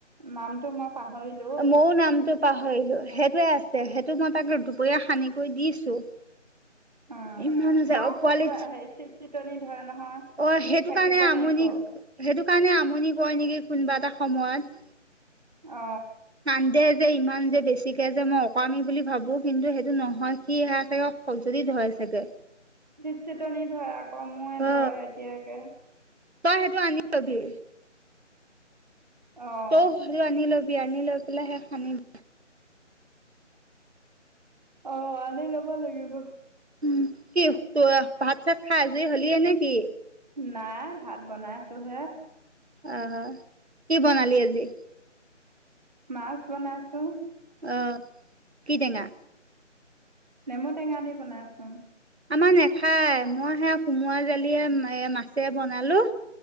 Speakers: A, on the right; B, on the right.
A: নামটো মই পাহৰিলো।
B: মও নামটো পাহৰিলো। সেইটোৱে আছে। সেইটো মই তাক দুপৰীয়া সানি কৰি দিছো।
A: অ
B: ইমান হৈছে
A: বৰ
B: অ পোৱালি
A: খজুৱাই, হেৰী চিটচিটনি ধৰে নহয়।
B: অ
A: সি
B: সেইটো
A: থাকিব
B: কাৰণে আমনি,
A: নোৱাৰিব
B: সেইটো কাৰণে আমনি কৰেয় নেকি কোনোবা এটা সময়ত।
A: অ।
B: কান্দে যে ইমান যে বেছিকে যে মই অকামি বুলি ভাবো কিন্তু সেইটো নহয় কি সে চাগে। সংছদি ধই চাগে।
A: চিট চিতনি ধৰে আকৌ ময়ে ধৰে
B: অ
A: সেতিয়াকে।
B: তই সেইটো আনি লবি।
A: অঁ
B: তোস সেটো আনি লবি আনি লৈ পেলাই সে সানিবি।
A: অ আনি ল'ব লাগিব।
B: উম কি ত ভাত চাত খাই আজুৰি হ'লি এ নে কি?
A: নাই ভাত বনাইছোঁহে।
B: অ কি বনালি আজি?
A: মাছ বনাইছো।
B: অ কি টেঙা?
A: নেমু টেঙা দি বনাইচোন।
B: আমাৰ নেখায় মই সে সোমৰা জালিয়ে এ মাছে বনালো।